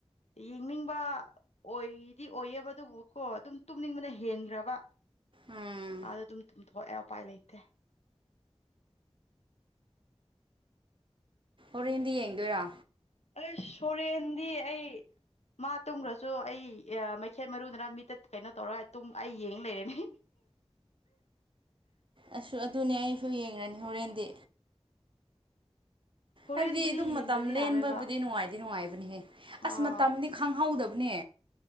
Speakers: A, on the left; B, on the right.
A: ꯌꯦꯡꯅꯤꯡꯕ ꯑꯣꯏꯗꯤ ꯑꯣꯏꯌꯦꯕ ꯑꯗꯨꯕꯨꯀꯣ ꯑꯗꯨꯝ ꯇꯨꯝꯅꯤꯡꯕꯅ ꯍꯦꯟꯈ꯭ꯔꯕ
B: ꯎꯝ
A: ꯑꯥꯗ ꯑꯗꯨꯝ ꯇꯨꯝꯊꯣꯛꯑꯦ ꯎꯄꯥꯏ ꯂꯩꯇꯦ
B: ꯍꯣꯔꯦꯟꯗꯤ ꯌꯦꯡꯗꯣꯏꯔꯥ
A: ꯑ ꯁꯣꯔꯦꯟꯗꯤ ꯑꯩ ꯃꯥ ꯇꯨꯝꯈ꯭ꯔꯁꯨ ꯑꯩ ꯃꯩꯈꯦꯜꯠ ꯃꯔꯨꯗꯅ ꯃꯤꯇ ꯀꯩꯅꯣ ꯇꯧꯔꯒ ꯑꯩ ꯌꯦꯡ ꯂꯩꯔꯅꯤ
B: ꯑꯁ ꯑꯗꯨꯅꯦ ꯑꯩꯁꯨ ꯌꯦꯡꯉꯅꯤ ꯍꯣꯔꯦꯟꯗꯤ
A: ꯍꯣꯔꯦꯟꯕꯨꯗꯤ
B: ꯍꯥꯏꯕꯗꯤ ꯑꯗꯨꯝ ꯃꯇꯝ
A: ꯌꯦꯡꯗ꯭ꯔꯗꯤ
B: ꯂꯦꯟꯕꯕꯨꯗꯤ
A: ꯌꯥꯔꯣꯏꯕ
B: ꯅꯨꯡꯉꯥꯏꯗꯤ ꯅꯨꯡꯉꯥꯏꯕꯅꯤꯍꯦ ꯑꯁ
A: ꯑꯥ
B: ꯃꯇꯝꯗꯤ ꯈꯪꯍꯧꯗꯕ ꯄꯨꯅꯦ